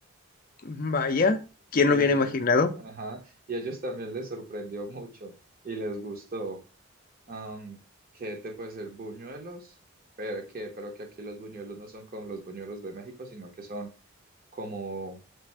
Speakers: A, on the left (about 40°); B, on the right (about 40°).
A: Vaya, ¿quién
B: Y,
A: lo hubiera
B: eh,
A: imaginado?
B: ajá. Y a ellos también les sorprendió mucho y les gustó. Am, ¿qué te puede ser? Buñuelos. Pero que, pero que aquí los buñuelos no son como los buñuelos de México, sino que son como,